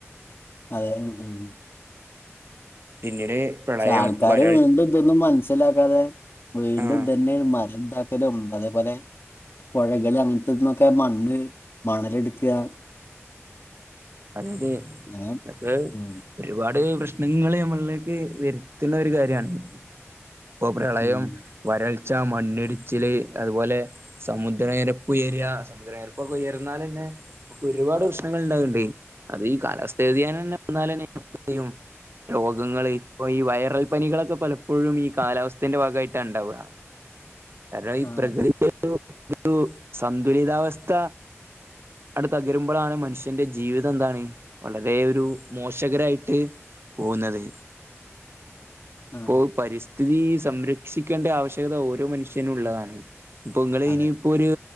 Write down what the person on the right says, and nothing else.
പിന്നീട്. പ്രളയം
വരൾ
ആഹ്
അതായത്
ഇതൊക്കെ
ഒരുപാട് പ്രശ്നങ്ങള് നമ്മളിലേക്ക് വരുത്തുന്ന ഒരു കാര്യാണ്. ഇപ്പൊ പ്രളയം,
വരൾച്ച, മണ്ണിടിച്ചില്, അതുപോലെ. സമുദ്രനിരപ്പ് ഉയരാ സമുദ്രനിരപ്പൊക്കെ ഉയർന്നാലന്നെ നമുക്ക് ഒരുപാട് പ്രശ്നങ്ങൾ ഇണ്ടാവ്ണ്ട്. അത് ഈ കാലസ്ഥ വ്യതിയാനം തന്നെ വന്നാലെന്നെ നമ്മള് എന്തെയ്യും. രോഗങ്ങള് ഇപ്പൊ ഈ വൈറൽ പനികളൊക്കെ പലപ്പോഴും ഈ കാലാവസ്ഥന്റെ ഭാഗമായിട്ടാ ഇണ്ടാവ. കാരണം ഈ
പ്രകൃതി ഒരു സന്തുലിതാവസ്ഥ. ആണ്ട് തകരുമ്പളാണ് മനുഷ്യന്റെ ജീവിത തം എന്താണ് വളരെ ഒരു മോശകരായിട്ട് പോകുന്നത്.
അപ്പോ പരിസ്ഥിതി സംരക്ഷിക്കേണ്ട ആവശ്യകത ഓരോ മനുഷ്യനും ഉള്ളതാണ് ഇപ്പൊ ഇങ്ങള്
എനിയും ഇപ്പൊരു